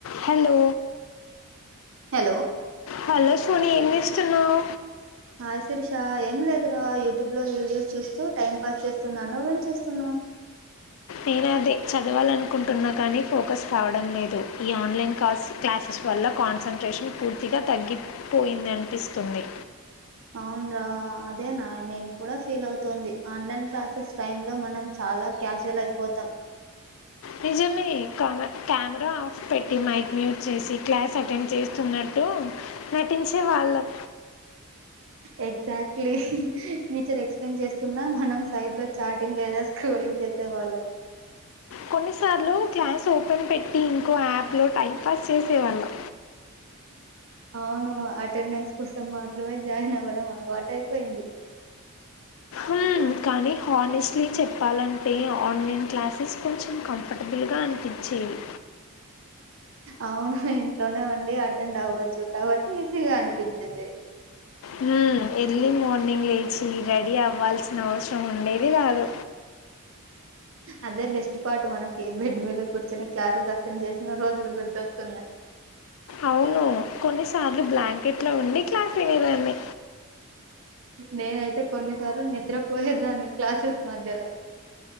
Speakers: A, on the left (about 65°); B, on the right (about 60°).
A: Hello
B: hello
A: hello Soni ఏం చేస్తున్నావ్
B: hi Sirisha ఏం లేదురా యూట్యూబ్ లో వీడియోస్ చూస్తూ టైం పాస్ చేస్తున్నా నువ్వేం చేస్తున్నావు
A: నేను అదే చదవాలనుకుంటున్నా కానీ ఫోకస్ రావడం లేదు ఈ ఆన్లైన్ కస్ క్లాసెస్ వల్ల కాన్సన్ట్రేషన్ పూర్తిగా తగ్గిపోయిందనిపిస్తుంది
B: అవును రా అదే నా నేను కూడా ఫీల్ అవుతుంది ఆన్లైన్ క్లాసెస్ టైమ్ లో మనం చాలా క్యాజువల్ అయిపోతాం
A: నిజమే కమె కెమెరా ఆఫ్ పెట్టి మైక్ మ్యూట్ చేసి క్లాస్ అటెండ్ చేస్తున్నట్టు నటించే వాళ్ళం
B: ఎగ్జాక్ట్లీ టీచర్ ఎక్స్ప్లెయిన్ చేస్తున్నా మనం సైడ్ లో చాటింగ్ లేదా స్క్రోలింగ్ చేసే వాళ్ళం
A: కొన్నిసార్లు క్లాస్ ఓపెన్ పెట్టి ఇంకో యాప్లో టైం పాస్ చేసేవాళ్ళం
B: అవును అటెండెన్స్ కోసం మాత్రమే జాయిన్ అవ్వడం అలవాటు అయిపోయింది
A: హ్మ్, కానీ హానెస్ట్లీ చెప్పాలంటే ఆన్లైన్ క్లాసెస్ కొంచెం కంఫర్టబుల్గా అనిపించేవి
B: అవును ఇంట్లోనే ఉండి అటెండ్ అవ్వచ్చు కాబట్టి ఈజీగా అనిపించింది
A: హ్మ్ ఎర్లీ మార్నింగ్ లేచి రెడీ అవ్వాల్సిన అవసరం ఉండేది కాదు
B: అదే బెస్ట్ పార్ట్ మనకి బెడ్ మీద కూర్చొని క్లాసెస్ అటెండ్ చేసిన రోజులు గుర్తొస్తున్నాయి
A: అవును కొన్నిసార్లు బ్లాంకెట్ లో ఉండి క్లాస్ వినేదాన్ని
B: నేనైతే కొన్నిసార్లు నిద్రపోయేదాన్ని క్లాసెస్ మధ్యలో